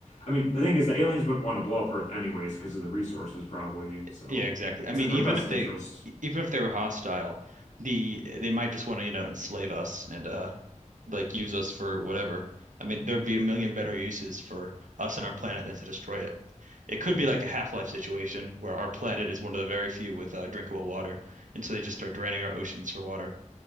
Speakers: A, on the left; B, on the right.
A: I mean, the thing is, the aliens wouldn't want to blow up Earth anyways because of the resources probably. So
B: Yeah, exactly. I
A: it's
B: mean,
A: in their
B: even
A: best
B: if
A: interest.
B: they even if they were hostile, the they might just want to, you know, enslave us and uh like use us for whatever. I mean, there'd be a million better uses for us and our planet than to destroy it. It could
A: Mhm.
B: be like a Half-Life situation where our planet is one of the very few with uh, drinkable water, and so they just start draining our oceans for water.